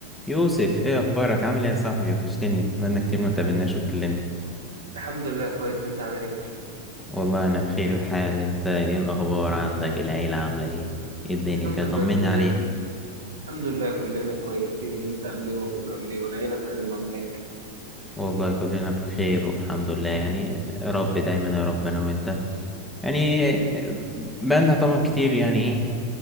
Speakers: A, in the centre; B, on the right (about 65°).
A: يوسف ايه اخبارك عامل ايه يا صاحبي وحشتني بقالنا كتير ما تقابلناش
B: الحمد
A: واتكلمنا
B: الحمد لله كويس انت عامل ايه
A: والله انا بخير الحال انت ايه الاخبار عندك العيله عامله ايه ايه الدنيا
B: الحمد
A: كده
B: لله
A: طمني
B: كلنا
A: عليك
B: الحمد لله كلنا كويسين انت عامل ايه واخوك عامل ايه والعيله الكريمه عامله ايه
A: والله كلنا بخير والحمد لله يعني يا رب دايما يا رب انا وانت يعني بقالنا طبعا كتير يعني ايه